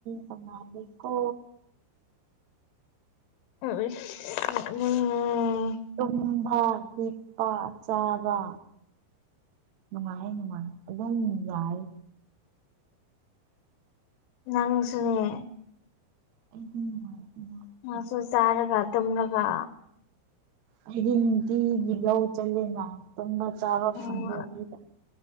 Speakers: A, on the right; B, on the left.
A: ꯅꯨꯡꯉꯥꯏꯔꯦꯀꯣ
B: ꯑꯣꯏ ꯏꯁ ꯅꯣꯛꯅꯤꯡ
A: ꯇꯨꯝꯕꯥ ꯍꯤꯞꯄꯥ ꯆꯥꯕꯥ ꯅꯨꯡꯉꯥꯏ ꯅꯨꯡꯉꯥꯏ ꯑꯗꯨꯝ ꯌꯥꯏ
B: ꯅꯪꯁꯨꯅꯦ
A: ꯑꯩꯗꯤ ꯅꯨꯡꯉꯥꯏ ꯔꯛꯅꯤꯅꯥ
B: <unintelligible> ꯆꯥꯔꯒ ꯇꯨꯝꯔꯒ
A: ꯑꯩꯗꯤ ꯅꯨꯇꯤꯒꯤ ꯂꯎ ꯆꯜꯂꯦꯅ ꯇꯨꯝꯕ ꯆꯥꯕ
B: ꯎꯝ
A: ꯐꯪꯗꯦ ꯍꯧꯖꯤꯛꯀꯥꯟ